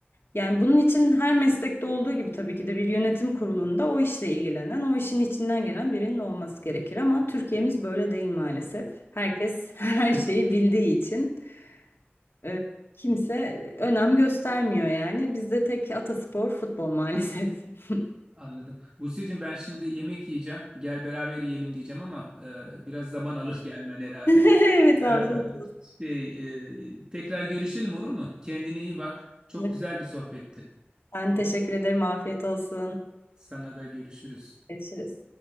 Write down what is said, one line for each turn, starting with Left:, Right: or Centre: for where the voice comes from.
Left: Yani bunun için her meslekte olduğu gibi tabii ki de bir yönetim kurulunda o işle ilgilenen, o işin içinden gelen birinin olması gerekir ama Türkiye'miz böyle değil maalesef. Herkes <laughs> her şeyi bildiği için e, kimse önem göstermiyor yani. Bizde tek ataspor futbol maalesef. <laughs>
Right: Anladım. Buse'cim ben şimdi yemek yiyeceğim. Gel beraber yiyelim diyeceğim ama e, biraz zaman alır gelmen herhalde.
Left: Evet afiyet
Right: E, şey, e, tekrar görüşelim olur mu? Kendine iyi bak. Çok
Left: olsun.
Right: güzel bir sohbetti.
Left: Ben teşekkür ederim. Afiyet olsun.
Right: Sana da görüşürüz.
Left: Görüşürüz.